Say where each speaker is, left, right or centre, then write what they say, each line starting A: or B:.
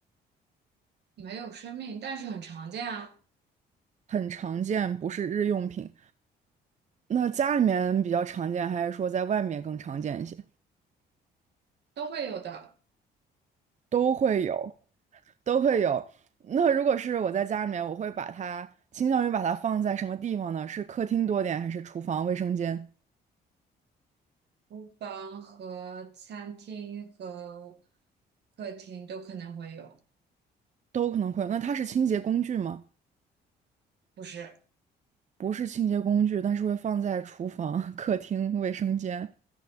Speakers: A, on the right; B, on the right.
A: 没有生命，但是很常见啊，
B: 很常见，不是日用品。那家里面比较常见，还是说在外面更常见一些？
A: 都会有的。
B: 都会有，都会有。那如果是我在家里面，我会把它倾向于把它放在什么地方呢？是客厅多点，还是厨房、卫生间？
A: 厨房和餐厅和客厅都可能会有，
B: 都可能会有。那它是清洁工具吗？
A: 不是，
B: 不是清洁工具，但是会放在厨房、客厅、卫生间。